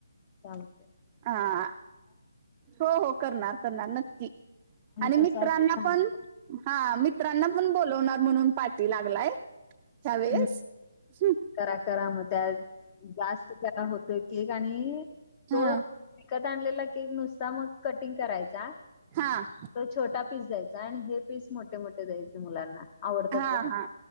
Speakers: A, on the left; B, on the right.
A: चालते.
B: हा हो हो करणार करणार नक्की आणि मित्रांना
A: कसं होतंय सांगा.
B: पण हा मित्रांना पण बोलवणार म्हणून पाठी लागलाय. ह्यावेेळेस,
A: हं.
B: हम
A: करा करा मग त्यात जास्त करा होतो केक आणि
B: हं,
A: तो
B: हा
A: विकत आणलेला केक एक नुसता मग कटिंग करायचा.
B: हां..
A: तो छोटा पीस द्यायचा आणि हे पीस मोठे मोठे द्यायचे मुलांना. आवडतात
B: हा
A: बघा
B: हा